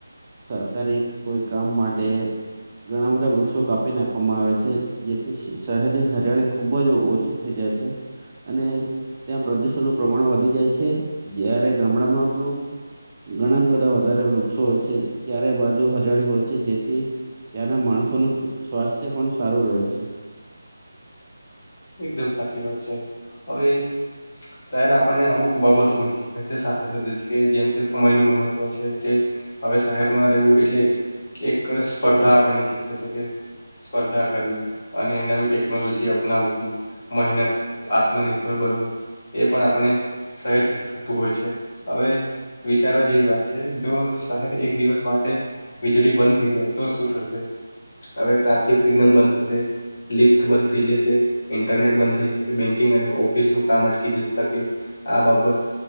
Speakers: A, on the right (about 35°); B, on the left (about 35°).
A: સરકારે કોઈ કામ માટે ઘણા બધા વૃક્ષો કાપ આપી નાખવામાં આવે છે જેથી શહેરની હરિયાળી ખુબ જ ઓછી થઈ જાય છે અને ત્યાં પ્રદુષણનું પ્રમાણ વધી જાય છે જારે ગામડામાં તો ઘણા જ બધા વધારે વૃક્ષો હોય છે ચારે બાજુ હરિયાળી હોય છે જેથી ત્યાંના માણસોનું સ્વાસ્થ્ય પણ સારું રહે છે
B: એકદમ સાચી વાત છે હવે શહેર આપણને અમુક બાબતો પણ શીખવાય છે સાથે સાથે જ કે જેમ કે સમય ન મહત્વ છે કે હવે શહેરમાં રહેવું એટલે એક સ્પર્ધા આપણને શીખવે છે કે સ્પર્ધા કરવી અને નવી ટેકનોલોજી અપનાવવી મહેનત આત્મનિર્ભર બનવું એ પણ આપણે શહેર શીખવતું હોય છે હવે વિચારવા જેવી વાત છે જો શહેર એક દિવસ માટે વીજળી બંધ થઈ જાય તો શું થશે હવે ટ્રાફિક સિગ્નલ બંધ થશે લિફ્ટ બંધ થઈ જશે ઇન્ટરનેટ બંધ થઈ જશે બેંકિંગ અને ઓફિસ નું કામ અટકી જ શકે આ બાબત